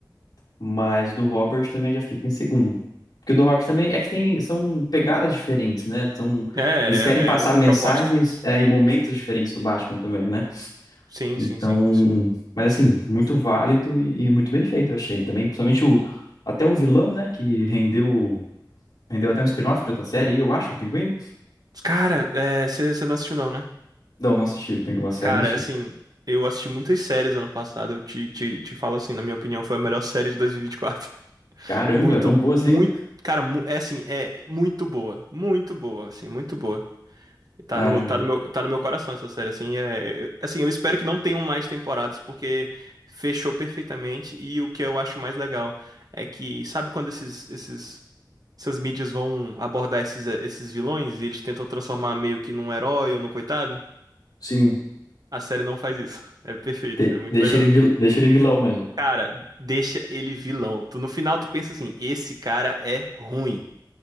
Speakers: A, on the left; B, on the right.
A: Mas do Robert também já fica em segundo. Porque o do Robert também é que tem, são pegadas diferentes, né? Então,
B: É, é,
A: eles querem passar
B: é outra
A: mensagens,
B: proposta.
A: é, e momentos diferentes do Batman também, né?
B: Sim,
A: Então,
B: sim, sim.
A: mas assim, muito válido e muito bem feito, eu achei. Também, principalmente o, até o vilão, né? Que rendeu Rendeu até um spin-off de outra série, eu acho, o Pinguim?
B: Cara, você não assistiu não, né?
A: Não, não assisti, o Pinguim, a série
B: Cara,
A: não assisti.
B: é assim, eu assisti muitas séries ano passado. Eu te, te, te falo assim, na minha opinião, foi a melhor série de 2024. <laughs>
A: Caramba,
B: Muito,
A: é tão boa assim?
B: muito, cara, mu- é assim, é muito boa, muito boa, assim, muito boa. E Tá
A: Caramba.
B: no, tá no meu, tá no meu coração essa série, assim, é, eu- assim, eu espero que não tenham mais temporadas, porque fechou perfeitamente. E o que eu acho mais legal é que, sabe quando esses, esses essas mídias vão abordar esses, eh, esses vilões e eles tentam transformar meio que num herói ou num coitado?
A: Sim,
B: A série não faz isso. É perfeito,
A: de-
B: é muito
A: deixa
B: legal.
A: ele, vil- deixa ele vilão mesmo.
B: Cara, deixa ele vilão. Tu, no final tu pensa assim, esse cara é ruim.